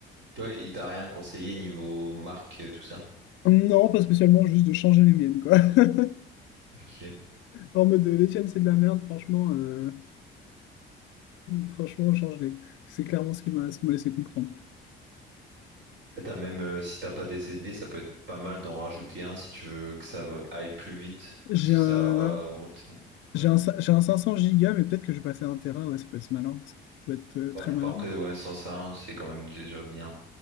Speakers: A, on the right; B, on the left.
A: Toi, il t'a rien conseillé niveau marque, euh, tout ça?
B: Non, pas spécialement, juste de changer les miennes, quoi. <laughs>
A: Ok.
B: En mode, euh, les tiennes, c'est de la merde, franchement. euh, Franchement, changer. C'est clairement ce qui m'a ce qui m'a laissé comprendre.
A: Et T'as même, euh, si t'as pas des SSD, ça peut être pas mal d'en rajouter un si tu veux que ça va- aille plus vite,
B: J'ai
A: parce que
B: un,
A: ça va augmenter.
B: j'ai
A: Ouais.
B: un, cin- j'ai un 500 gigas, mais peut-être que je vais passer à 1 Tera. Ouais, ça peut être malin. Ça peut être euh,
A: Ouais.
B: très malin.
A: Bah, Après, ouais, sans ça, hein, c'est quand même déjà bien.